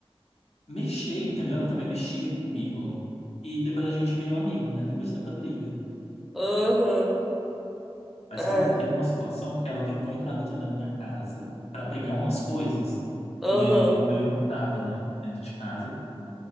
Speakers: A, on the left; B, in the centre.
A: mexer, entendeu? Ela também mexia comigo. E depois a gente virou amigo, né? Depois de tanta briga.
B: aham.
A: Mas,
B: Ai,
A: cara, teve uma situação que ela tentou entrar dentro da minha casa para pegar umas coisas,
B: aham,
A: e aí o meu irmão tava, né, dentro de casa.